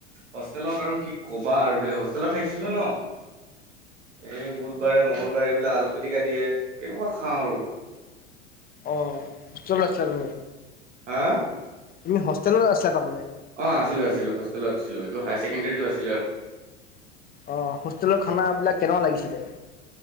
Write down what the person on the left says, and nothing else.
অহ, কিচল আছে আৰু।
তুমি হষ্টেলত আছিলা তাৰমানে?
অ হষ্টেলৰ খানাবিলাক কেনেকুৱা লাগিছিলে?